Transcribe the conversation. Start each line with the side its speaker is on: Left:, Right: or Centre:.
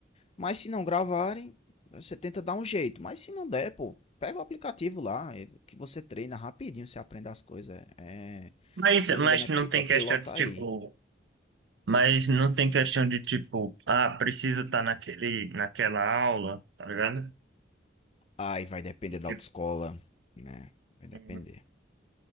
Left: Mas se não gravarem, você tenta dar um jeito. Mas se não der, pô, pega o aplicativo lá, é, que você treina rapidinho, você aprende as coisas. É,
Right: Mas,
Left: se eu
Right: mas
Left: não me engano, é, pi-
Right: não tem
Left: é pilota
Right: questão de tipo,
Left: aí.
Right: mas não tem questão de tipo, ah, precisa estar naquele, naquela aula, tá ligado?
Left: Aí vai depender
Right: E,
Left: da
Right: tipo,
Left: autoescola, né? Vai depender.
Right: uhum.